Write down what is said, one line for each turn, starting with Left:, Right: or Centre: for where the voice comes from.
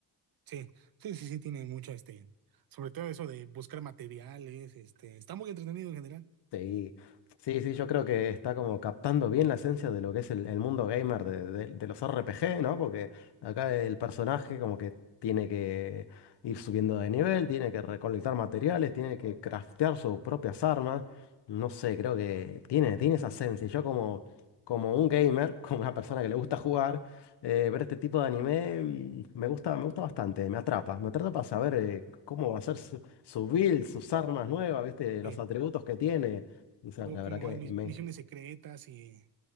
Right: Sí, sí, sí, sí, tiene mucho, este, sobre todo eso de buscar materiales, este, está muy entretenido en general.
Left: Sí, sí, sí, yo creo que está como captando bien la esencia de lo que es el, el mundo gamer de, de- de los RPG, ¿no? Porque acá el personaje como que tiene que ir subiendo de nivel, tiene que recolectar materiales, tiene que craftear sus propias armas. No sé, creo que tiene, tiene esa esencia. Yo como, como un gamer, <laughs> como una persona que le gusta jugar, eh, ver este tipo de anime mm, me gusta, me gusta bastante, me atrapa. Me atrapa saber eh, cómo va a ser su build, sus armas nuevas, ¿viste?
Right: Sí.
Left: Los atributos que tiene. O sea,
Right: Luego
Left: la
Right: como
Left: verdad que
Right: hay mis-
Left: me...
Right: misiones secretas y,